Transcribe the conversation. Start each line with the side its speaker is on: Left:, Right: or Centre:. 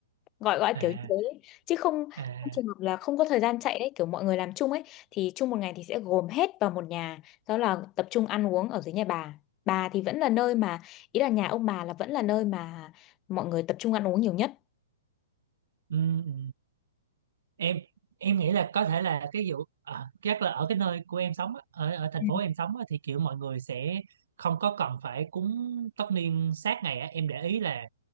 Left: gọi gọi
Right: à
Left: kiểu như thế chứ không
Right: à
Left: không trường hợp là không có thời gian chạy đấy kiểu mọi người làm chung ấy thì chung một ngày thì sẽ gồm hết vào một nhà đó là tập trung ăn uống ở dưới nhà bà bà thì vẫn là nơi mà ý là nhà ông bà là vẫn là nơi mà mọi người tập trung ăn uống nhiều nhất
Right: ừ, ừ. em em nghĩ là có thể là cái vụ à, chắc là ở cái nơi của em sống á, ở ở thành
Left: Ừ,
Right: phố em sống á, thì kiểu mọi người sẽ không có cần phải cúng tất niên sát ngày á em để ý là